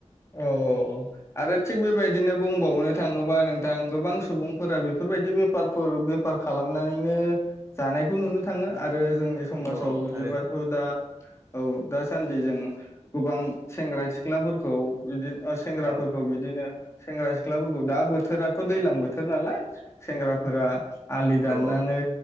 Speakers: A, on the left (about 25°); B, on the right (about 25°).
A: औ औ औ आरो थिग बेबायदिनो बुंबावनो थाङोबा नोंथां गोबां सुबुंफोरा बेफोरबायदि बेफारफोर बेफार खालामनानैनो जानायखौ नुनो थाङो आरो जों नि समाजाव
B: औ औ
A: नुयोबाथ
B: थारैनो
A: दा औ दासान्दि जों गोबां सेंग्रा सिख्लाफोरखौ बिदि ओ सेंग्राफोरखौ
B: औ
A: बिदिनो सेंग्रा सिख्लाफोरखौ दा बोथोराथ दैज्लां बोथोर नालाय सेंग्राफोरा आलि दाननानै
B: औ